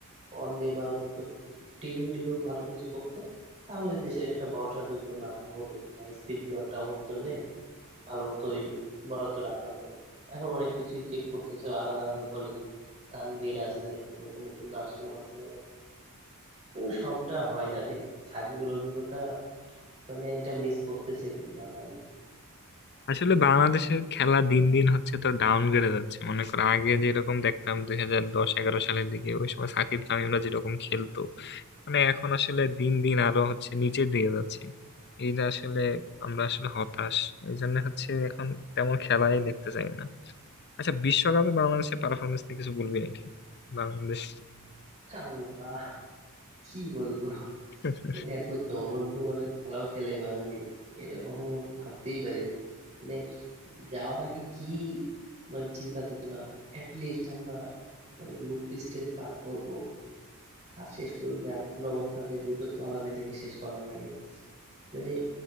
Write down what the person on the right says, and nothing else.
ওয়ান ডে বা হচ্ছে তো টি টোয়েন্টিতেও ভালো কিছু করতো তাহলে দেশের একটা ভরসাযোগ্য না হতো না স্পিন বিভাগটা ওর জন্য ভালো মতোই বরাদ্দ রাখা হতো এখন অনেক কিছুই চেক করতেছে আলাদা আলাদা বলিং তানভীর আছে নতুন নতুন নাসুম আছে কিন্তু সবটা হয় না রে সাকিবের অভিজ্ঞতা মানে এটা মিস করতেছে বাঙালি
আল্লাহ কি বলবো
মানে এত জঘন্য মানে খেলাও খেলে বাঙালি এটা কখনো ভাবতেই পারিনি মানে যাওয়ার আগে কি মানে চিন্তা চেতনা লিস্ট আমরা মানে গ্রুপ স্টেজ পার করব আর শেষ পর্যন্ত এমন অবস্থা যে গ্রুপের তলানি থেকে শেষ করার লাগে মানে